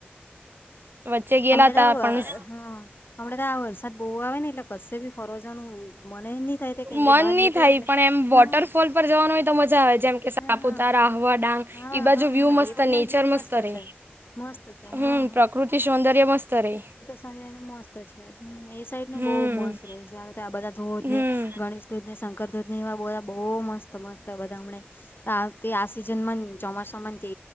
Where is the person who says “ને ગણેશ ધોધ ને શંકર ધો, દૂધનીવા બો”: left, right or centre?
Left